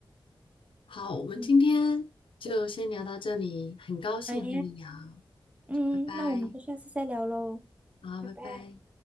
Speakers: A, on the left (about 75°); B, on the right (about 15°).
A: 好，我们今天就先聊到这里，
B: 嗯，
A: 很高兴和你聊，
B: 好呀，嗯，
A: 拜拜，
B: 那我们就下次再聊喽，
A: 好，
B: 拜拜。
A: 拜拜。